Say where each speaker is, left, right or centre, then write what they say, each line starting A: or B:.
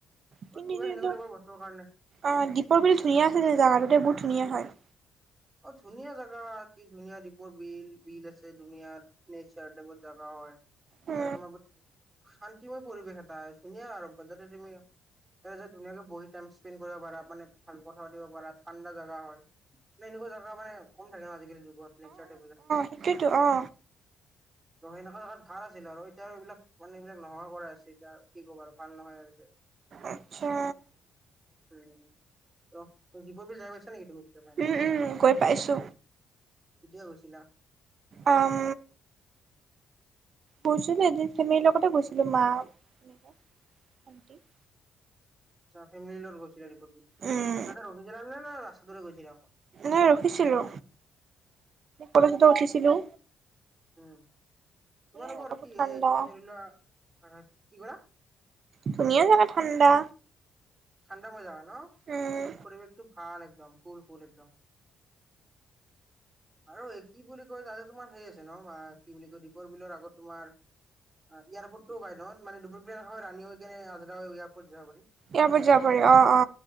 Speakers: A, on the right; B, on the right.
A: বাকীবোৰ
B: কিন্তু
A: সেনেকোৱা
B: এইটো
A: টাইপৰ বস্তু কাৰন
B: অ দ্বীপৰ বিল ধুনীয়া আছিল জাগাটো দে বহুত ধুনীয়া হয়।
A: অ ধুনীয়া জাগা কি ধুনীয়া দ্বীপৰ বিল বিল আছে দুনিয়াত। নেচাৰ ডবৰ জাগা হয় তাতে
B: উম।
A: তোমাৰ শান্তিময় পৰিৱেশ এটা ধুনিয়া আৰু যাতে তুমি তাতে যে ধুনীয়াকে বহি টাইম স্পেণ্ড কৰিব পাৰা মানে ভাল কথা পাতিব পাৰা ঠাণ্ডা জাগা হয়। মানে এনেকুৱা জাগা মানে কম থাকে ন আজিকালি যুগত নেচাৰ টাইপত যোনখিনি
B: সেইটোৱে টো অ
A: ত সেনেকা তাত ভাল আছিল আৰু এতিয়া আৰু এইবিলাক মানে এইবিলাক নোহোৱা কৰাই আছে এতিয়া আৰু কি কবা আৰু ভাল নহয় আৰু এতিয়া।
B: আতচ্ছা।
A: উ ত দ্বীপৰ বিল যাই পাইছা নেকি তুমি কেতিয়াবা এনেকা
B: উম উম গৈ পাইছো
A: কেতিয়া গৈছিলা?
B: অম গৈছিলোঁ এদিন ফেমিলিৰ লগতে গৈছিলোঁ মা এনেকা ভণ্টি
A: যোৱা ফেমিলি লগত গৈছিলা দ্বীপৰ বিল
B: উম
A: তাতে ৰখিছিলা নে ন ৰাস্তাটোৰে গৈছিলা অকল
B: নাই ৰখিছিলো কলেজতে উঠিছিলোঁ।
A: উম তোমালোকৰ
B: জেগা বহুত
A: কি
B: ঠাণ্ডা
A: এই আমি ধৰিলোৱা কি কৰা।
B: ধুনিয়া জাগা ঠাণ্ডা।
A: ঠাণ্ডা মজা হয় ন
B: উম
A: পৰিৱেশটো ভাল একদম কুল কুল একদম। আৰু এই কি বুলি কয় তাতে তোমাৰ হেৰি আছে ন কি বুলি কয় দ্বীপৰ বিলৰ আগত তোমাৰ এয়াৰপৰ্টটো পাই নহয় মানে দ্বীপৰ বিল হয় ৰানী হৈ কিনি আজৰা হৈ এয়াৰপৰ্ট যাব পাৰি।
B: এয়াৰপৰ্ট যাব পাৰি অ অ